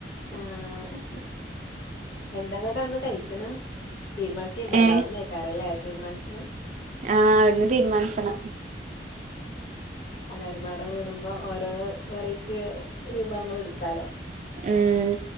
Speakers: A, on the left; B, on the right.
A: ആഹ് എന്താന്നട്ട് അന്ന് കഴിക്കണ് തീരുമാനിച്ചീണ്ടാവില്ല
B: ഏ
A: അവ്ടന്നെയ് ക്കാരല്ലെ തീരുമാനിച്ചിന്
B: ആഹ് അവിടുന്ന് തീരുമാനിച്ചണം
A: അലരമമ്പാടെ കൂടുമ്പോ ഓരോ വെറൈറ്റി വിഭവങ്ങൾ ഇടുക്കാലോ
B: ഉം